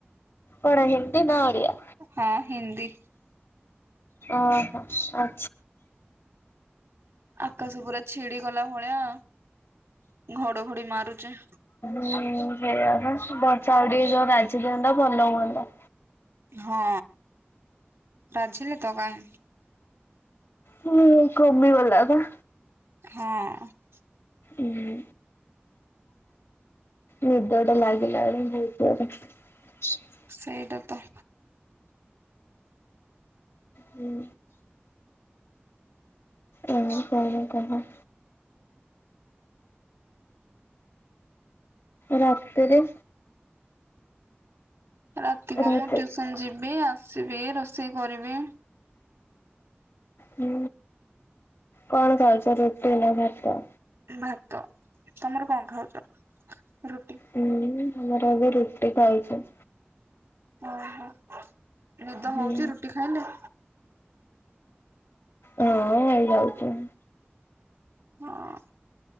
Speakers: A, on the left (about 70°); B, on the right (about 80°).
A: କଣ ହିନ୍ଦୀ ନା ଓଡ଼ିଆ?
B: ହଁ ହିନ୍ଦୀ।
A: ଓହୋ ଆଛା।
B: ଆକାଶ ପୁରା ଛିଡ଼ିଗଲା ଭଳିଆ ଘଡ଼ଘଡ଼ି ମାରୁଛି।
A: ହୁଁ ସେଇଆ ପା ବର୍ଷା ଆଉ ଟିକେ ଯୋଉ ରାଜି ଦିଅନ୍ତା ଭଲ ହୁଅନ୍ତା।
B: ହଁ ରାଜିଲେ ତ କାହିଁ।
A: ହୁଁ କମି ଗଲା ବା।
B: ହଁ
A: ଉଁ ନିଦଟେ ଲାଗିଲା ଦି ପରେ। <inaudible>
B: ସେଇଟା ତ
A: ହୁଁ ଆଉ କଣ କହ? ରାତିରେ
B: ରାତିିରେ
A: ରାତି
B: ମୁଁ ଟ୍ୟୁସନ ଯିବି ଆସିବି ରୋଷେଇ କରିବି।
A: ହୁଁ କଣ ଖାଉଛ ରୁଟି ନା ଭାତ?
B: ଭାତ ତମର କଣ ଖାଉଛ ରୁଟି?
A: ହୁଁ ଘମର ଆବେ ରୁଟି ଖାଇଛ।
B: ଓହୋ ନିଦ
A: ହୁଁ।
B: ହଉଚି ରୁଟି ଖାଇଲେ।
A: ହଁ ହେଇଯାଉଛି।
B: ହଁ